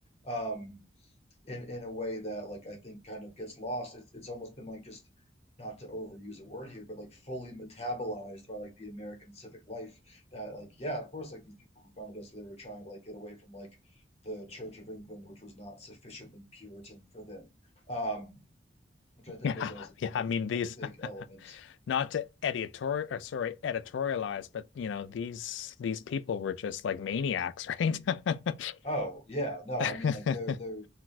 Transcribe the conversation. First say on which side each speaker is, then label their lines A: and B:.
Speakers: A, on the left; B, on the left.
A: Um, in in a way that like I think kind of gets lost. It's it's almost been like just not to overuse a word here, but like fully metabolized by like the American civic life that like yeah, of course like these people who founded us they were trying to like get away from like the Church of England, which was not sufficiently Puritan for them. Um, which I think
B: Yeah,
A: is as a
B: yeah.
A: big
B: I mean these,
A: a big
B: <laughs>
A: element.
B: not to editorial or sorry, editorialize, but you know these these people were just like maniacs, right? <laughs>
A: Oh yeah, no,
B: <laughs>
A: I mean like they're they're